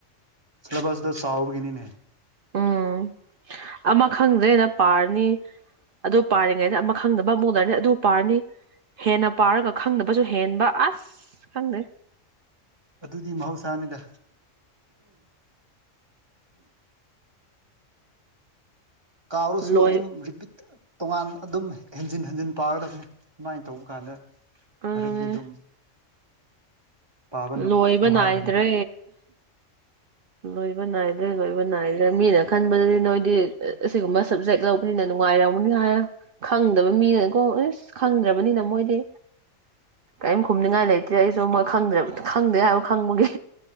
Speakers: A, on the right; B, on the right.
A: ꯁꯤꯂꯕꯁꯗ ꯁꯥꯥꯎꯕꯒꯤꯅꯤꯅꯦ
B: ꯎꯝ ꯑꯃ ꯈꯪꯗ꯭ꯔꯦꯅ ꯄꯥꯔꯅꯤ ꯑꯗꯨ ꯄꯥꯔꯤꯉꯩꯗ ꯑꯃ ꯈꯪꯗꯕ ꯑꯃꯛ ꯎꯅꯔꯅꯤ ꯑꯗꯨ ꯄꯥꯔꯅꯤ ꯍꯦꯟꯅ ꯄꯥꯔꯒ ꯈꯪꯗꯕꯁꯨ ꯍꯦꯟꯕ ꯑꯁ ꯈꯪꯗ꯭ꯔꯦ
A: ꯑꯗꯨꯗꯤ ꯃꯍꯧꯁꯥꯅꯤꯗ ꯀꯥꯎꯔꯁꯨ
B: ꯂꯣꯏ
A: ꯑꯗꯨꯝ ꯔꯤꯄꯤꯠ ꯇꯣꯉꯥꯟ ꯑꯗꯨꯝ ꯍꯦꯟꯖꯤꯟ ꯍꯟꯖꯤꯟ ꯄꯥꯒꯗꯕꯅꯤ ꯑꯗꯨꯃꯥꯏꯅ ꯇꯧꯕ ꯀꯥꯟꯗ
B: ꯑꯗꯨꯅꯦ
A: ꯇꯔꯠꯗꯤ ꯑꯗꯨꯝ ꯄꯥꯕ
B: ꯂꯣꯏꯕ
A: ꯅꯨꯡꯉꯥꯏꯕꯅꯤ
B: ꯅꯥꯏꯗ꯭ꯔꯦ ꯂꯣꯏꯕ ꯅꯥꯏꯗ꯭ꯔꯦ ꯂꯣꯏꯕ ꯅꯥꯏꯗ꯭ꯔꯦ ꯃꯤꯅ ꯈꯟꯕꯗꯗꯤ ꯅꯣꯏꯗꯤ ꯑꯁꯤꯒꯨꯝꯕ ꯁꯕꯖꯦꯛ ꯂꯧꯕꯅꯤꯅ ꯅꯨꯡꯉꯥꯏꯔꯝꯅꯤ ꯍꯥꯏ ꯈꯪꯗꯕ ꯃꯤꯅꯀꯣ ꯑꯦꯁ ꯈꯪꯗ꯭ꯔꯕꯅꯤꯅ ꯃꯣꯏꯗꯤ ꯀꯔꯤꯝ ꯈꯨꯝꯅꯤꯡꯉꯥꯏ ꯂꯩꯇꯦ ꯁꯤꯗ ꯑꯩꯁꯨꯨꯣꯏ ꯈꯪꯗ꯭ꯔꯕꯅꯦ ꯈꯪꯗꯦ ꯍꯥꯏꯕ ꯈꯪꯕꯒꯤ